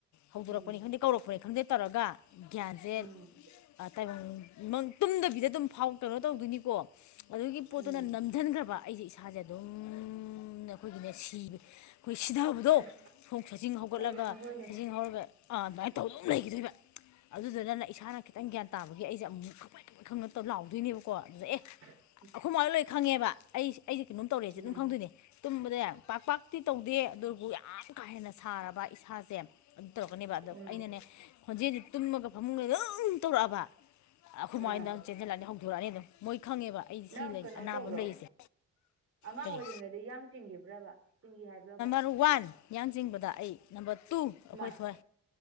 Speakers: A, on the left (about 70°); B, on the right (about 50°).
A: ꯍꯧꯗꯣꯔꯛꯒꯅꯤ
B: ꯎꯝ
A: ꯈꯪꯗꯦ ꯀꯧꯔꯛꯄ꯭ꯔꯦ ꯈꯪꯗꯦ ꯇꯧꯔꯒ ꯒ꯭ꯌꯥꯟꯁꯦ
B: ꯎꯝ
A: ꯇꯥꯏꯕꯪ ꯇꯨꯝꯗꯕꯤꯗ ꯑꯗꯨꯝ ꯐꯥꯎ ꯇꯧꯗꯣꯏꯅꯤꯀꯣ ꯑꯗꯨꯒꯤ ꯄꯣꯠꯇꯨꯅ
B: ꯎꯝ
A: ꯅꯝꯁꯤꯟꯈ꯭ꯔꯕ ꯑꯩꯁꯦ ꯏꯁꯥꯁꯦ ꯑꯗꯨꯝ ꯑꯩꯈꯣꯏꯒꯤꯅꯦ ꯁꯤꯕ ꯑꯩꯈꯣꯏ ꯁꯤꯊꯕꯗꯣ
B: ꯑꯁ
A: ꯈꯣꯡ ꯁꯖꯤꯡ ꯍꯧꯒꯠꯂꯒ
B: ꯀꯩꯅꯣꯅꯦ ꯍꯣꯏꯅꯦ
A: ꯁꯖꯤꯡ ꯍꯧꯔꯒ ꯑꯥ ꯑꯗꯨꯃꯥꯏꯅ ꯊꯧ ꯑꯗꯨꯝ ꯂꯩꯈꯤꯗꯣꯏꯕ ꯑꯗꯨꯗꯨꯅ ꯏꯁꯥꯅ ꯈꯤꯇꯪ ꯒ꯭ꯌꯥꯟ ꯇꯥꯕꯒꯤ ꯑꯩꯁꯦ ꯑꯃꯨꯛ ꯈꯔ ꯈꯪ ꯅꯠꯇꯕ ꯂꯥꯎꯗꯣꯏꯅꯦꯕꯀꯣ ꯑꯗꯨꯗ ꯑꯦ
B: ꯍ <inaudible>
A: ꯑꯈꯣꯢ ꯃꯥꯍꯣꯢ ꯂꯣꯏ ꯈꯪꯉꯦꯕ ꯑꯩ ꯑꯩꯁꯦ ꯀꯩꯅꯣꯝ ꯇꯧꯔꯦꯁꯦ
B: ꯎꯝ
A: ꯑꯗꯨꯝ ꯈꯪꯗꯣꯏꯅꯦ ꯇꯨꯝꯕꯗ ꯄꯥꯛ ꯄꯥꯛ ꯇꯤ ꯇꯧꯗꯦ ꯑꯗꯨꯕꯨ ꯌꯥꯝ ꯀꯥ ꯍꯦꯟꯅ ꯁꯥꯔꯕ ꯏꯁꯥꯁꯦ ꯑꯗꯨ ꯇꯧꯔꯛꯀꯅꯦꯕ ꯑꯗꯣ
B: ꯎꯝ
A: ꯑꯩꯅꯅꯦ ꯈꯣꯟꯖꯦꯜꯁꯤ ꯇꯨꯝꯃꯒ ꯐꯃꯨꯡꯗ ꯑꯝꯝ <unintelligible> ꯇꯧꯔꯛꯑꯕ ꯑꯩꯈꯣꯏꯃꯥ
B: ꯑꯥ
A: ꯍꯣꯏꯅ ꯆꯦꯟꯁꯤꯜꯂꯛꯑꯅꯤ ꯍꯧꯗꯣꯔꯛꯑꯅꯤ ꯑꯗꯨꯝ ꯃꯣꯏ ꯈꯪꯉꯦꯕ ꯑꯩꯁ
B: ꯅꯪ
A: ꯁꯤ ꯂꯩ
B: ꯀꯩꯅꯣ
A: ꯑꯅꯥꯕ
B: ꯇꯧꯕ꯭ꯔꯣ
A: ꯑꯃ ꯂꯩꯔꯤꯁꯦ
B: ꯑꯉꯥꯡ
A: ꯀꯔꯤ
B: ꯑꯣꯏꯔꯤꯉꯩꯗ ꯌꯥꯡ ꯆꯤꯡꯈꯤꯕ꯭ꯔꯕ ꯆꯤꯡꯈꯤ ꯍꯥꯏꯕ꯭ꯔꯕ
A: ꯅꯝꯕꯔ ꯋꯥꯟ ꯌꯥꯡ ꯆꯤꯡꯕꯗ ꯑꯩ ꯅꯝꯕꯔ ꯇꯨ ꯑꯩꯈꯣꯏ
B: ꯃꯥꯏ
A: ꯊꯣꯢ